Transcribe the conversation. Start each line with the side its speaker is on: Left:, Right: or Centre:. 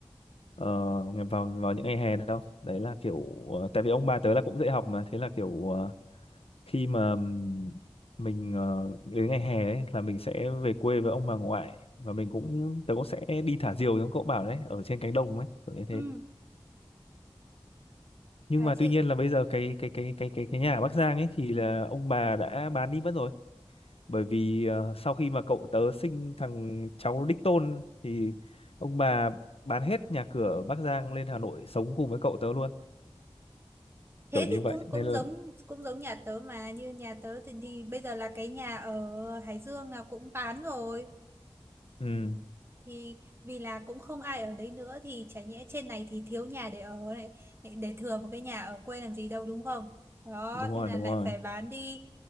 Left: ờ, ngày- vào vào những ngày hè đâu đấy là kiểu ờ, tại vì ông bà tớ là cũng dạy học mà thế là kiểu ờ, khi mà ừm, mình ờ, đến ngày hè ấy, là mình sẽ về quê với ông bà ngoại và mình cũng tớ cũng sẽ đi thả diều giống cậu bảo đấy ở trên cánh đồng ấy kiểu như thế
Right: ừ.
Left: nhưng
Right: À,
Left: mà
Right: thế,
Left: tuy nhiên là bây giờ cái cái cái cái cái cái nhà ở Bắc Giang ấy thì là ông bà đã bán đi mất rồi bởi vì ờ, sau khi mà cậu tớ sinh thằng cháu đích tôn thì ông bà bán hết nhà cửa ở Bắc Giang lên Hà Nội sống cùng với cậu tớ luôn
Right: thế
Left: kiểu như
Right: thì
Left: vậy
Right: cũng cũng
Left: nên là
Right: giống cũng giống nhà tớ mà như nhà tớ thì, thì bây giờ là cái nhà ở Hải Dương là cũng bán rồi
Left: ừ
Right: thì vì là cũng không ai ở đấy nữa thì chả nhẽ trên này thì thiếu nhà để ở này để thừa một cái nhà ở quê làm gì đâu đúng không đó
Left: đúng rồi
Right: thế là
Left: đúng
Right: lại
Left: rồi
Right: phải bán đi